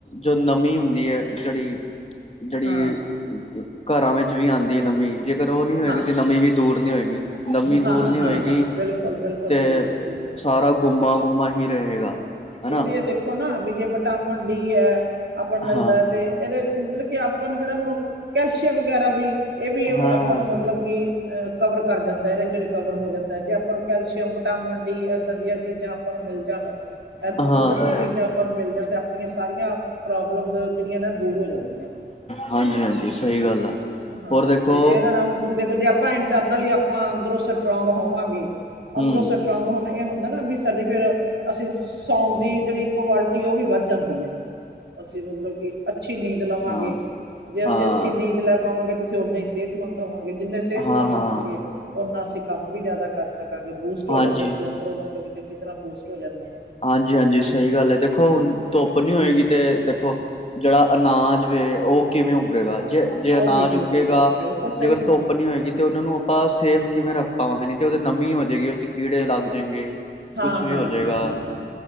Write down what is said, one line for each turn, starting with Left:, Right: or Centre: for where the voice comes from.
Left: ਜੋ ਨਮੀ ਹੁੰਦੀ ਏ ਜਿਹੜੀ ਜਿਹੜੀ
Right: ਹਾਂ
Left: ਘਰਾਂ ਵਿੱਚ ਵੀ ਆਂਦੀ ਏ ਨਮੀ ਜੇਕਰ ਉ ਨੀ ਹੋਏਗਾ
Right: ਹਾਂ
Left: ਤਾਂ ਨਮੀ ਵੀ ਦੂਰ ਨੀ ਹੋਏਗੀ ਨਮੀ
Right: ਹਾਂ
Left: ਦੂਰ ਨੀ
Right: ਹਾਂ
Left: ਹੋਏਗੀ
Right: ਹਾਂ ਬਿਲਕੁਲ ਬਿਲਕੁਲ
Left: ਤੇ
Right: ਸਹੀ ਹੈ ਸਹੀ
Left: ਸਾਰਾ ਗੁੰਮਾ ਗੁੰਮਾ ਹੀ ਰਹੇਗਾ ਹਨਾ
Right: ਤੁਸੀਂ ਏ ਦੇਖੋ ਨਾ ਵੀ ਜੇ ਵਿਟਾਮਿਨ ਡੀ ਏ ਆਪਾਂ ਮਿਲਦਾ
Left: ਹਾਂ
Right: ਤੇ ਇਹਦੇ ਮਤਲਬ ਕਿ ਆਪਾਂ ਨੂੰ ਜਿਹੜਾ ਹੁਣ ਕੈਲਸ਼ੀਅਮ ਵਗੈਰਾ ਵੀ ਇਹ ਵੀ
Left: ਹਾਂ
Right: ਆਪਾਂ ਨੂੰ ਮਤਲਬ ਕਿ ਕਵਰ ਕਰ ਜਾਂਦਾ ਇਹਦੇ ਚ ਰਿਕਵਰ ਹੋ ਜਾਂਦਾ ਜੇ ਆਪਾਂ ਨੂੰ ਕੈਲਸ਼ੀਅਮ, ਵਿਟਾਮਨ-ਡੀ ਐਦਾਂ ਦੀਆਂ ਚੀਜ਼ਾਂ ਆਪਾਂ ਨੂੰ ਮਿਲ ਜਾਣ। ਐ
Left: ਹਾਂ
Right: ਕੁਦਰਤੀ
Left: ਹਾਂ
Right: ਚੀਜ਼ਾਂ ਆਪਾਂ ਨੂੰ ਮਿਲ ਜਾਣ ਤੇ ਆਪਣੀਆਂ ਸਾਰੀਆਂ ਪ੍ਰੋਬਲਮਸ ਜਿਹੜੀਆਂ ਨਾ ਦੂਰ ਹੋ ਜਾਂਦੀਆਂ ਨੇ।
Left: ਹਾਂਜੀ ਹਾਂਜੀ, ਸਹੀ ਗੱਲ ਆ
Right: ਹਾਂ
Left: ਹੋਰ ਦੇਖੋ।
Right: ਤੇ ਇਹਦਾ ਨਾਲ ਹੁਣ ਤੁਸੀਂ ਦੇਖੋ ਜੇ ਆਪਾਂ ਇੰਟਰਨਲੀ ਆਪਾਂ ਅੰਦਰੋਂ ਸਟਰੋਂਗ ਹੋਵਾਂਗੇ, ਅੰਦਰੋਂ
Left: ਹਮ
Right: ਸਟਰੋਂਗ ਹੋਣ ਏ ਹੁੰਦਾ ਨਾ ਵੀ ਤਦੀ ਫੇਰ ਅਸੀਂ ਸੌਣ ਦੀ ਜਿਹੜੀ ਕਵਾਲਿਟੀ ਐ ਓਹ ਵੀ ਵੱਧ ਜਾਂਦੀ ਐ, ਅਸੀਂ ਮਤਲਬ ਕਿ ਅੱਛੀ ਨੀਂਦ ਲਵਾਂਗੇ।
Left: ਹਾਂ
Right: ਜੇ
Left: ਹਾਂ
Right: ਅਸੀਂ ਅੱਛੀ ਨੀਂਦ ਲੈ ਪਾਵਾਂਗੇ ਤੇ ਅਸੀਂ ਓਨੀ ਹੀ ਸੇਹ ਬਣ ਜਾਵਾਂਗੇ, ਜਿੰਨੇ ਸਿਹਤਮੰਦ
Left: ਹਾਂ ਹਾਂ
Right: ਹੋਵਾਂਗੇ ਓਨਾ ਅਸੀਂ ਕੰਮ ਵੀ ਜ਼ਿਆਦਾ ਕਰ ਸਕਾਂਗੇ ਬੂਸ ਸਟ
Left: ਹਾਂਜੀ
Right: ਹੋ ਜਾਂਗੇ, ਅਸੀਂ ਅੰਦਰੋਂ ਮਤਲਬ ਕਿ ਚੰਗੀ ਤਰ੍ਹਾਂ ਬੂਸਟ ਹੋ ਜਾਂਣੇ ਆਂ।
Left: ਹਾਂਜੀ ਹਾਂਜੀ, ਸਹੀ ਗੱਲ ਏ। ਦੇਖੋ ਹੁਣ ਧੁੱਪ ਨੀ ਹੋਏਗੀ ਤੇ ਦੇਖੋ ਜਿਹੜਾ ਅਨਾਜ ਵੇ ਓਹ ਕਿਵੇਂ ਉੱਗੇਗਾ? ਜੇ ਜੇ
Right: ਉਹ
Left: ਅਨਾਜ
Right: ਕਿਵੇਂ
Left: ਉੱਗੇਗਾ
Right: ਬਿਲਕੁਲ ਸਹੀ
Left: ਜੇਕਰ
Right: ਹੈ
Left: ਧੋੱ ਪ ਨੀ ਹੋਏਗੀ ਤੇ ਓਨਾਂ ਨੂੰ ਅਪਾਂ ਸੇਫ ਕਿਵੇਂ ਰੱਖ ਪਾਵਾਂਗੇ ਨੀ ਤੇ ਓਦੇ ਨਮੀ ਹੋ ਜੇਗੀ ਓਹ ਚ ਕੀੜੇ ਲੱਗ ਜੇਂਗੇ।
Right: ਹਾਂ
Left: ਕੁਛ ਵੀ
Right: ਹਾਂ
Left: ਹੋ ਜੇਗਾ।
Right: ਹਾਂ ਹਾਂ ਹਾਂ ਹਾਂ